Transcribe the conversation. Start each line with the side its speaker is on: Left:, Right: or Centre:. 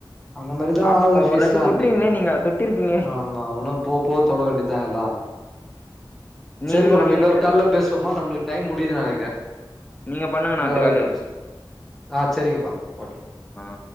Centre: அந்த மாரிதா
Left: அப்ப
Centre: ஆகுது ஃபீஸ்லா
Left: ஒரு லட்சம் தொட்டுருவீங்களே
Centre: இன்னக்கி
Left: நீங்க தொட்டிருப்பீங்களே
Centre: ஆமா இன்னு போ போ தொட வேண்டியதா எல்லாம்
Left: நீ
Centre: சரிப்பா
Left: உங்க
Centre: நம்ம
Left: நீங்க
Centre: இன்னொரு கால்ல பேசுவோமா நம்மளுக்கு டைம் முடியுதுனு நெனக்குற
Left: நீங்க பண்ணுங்கண்ணா
Centre: இன்னொரு
Left: அத்துக்காலு
Centre: அழைப்புல பேசு‌ஆ சரிங்கப்பா ஓகே
Left: ஆ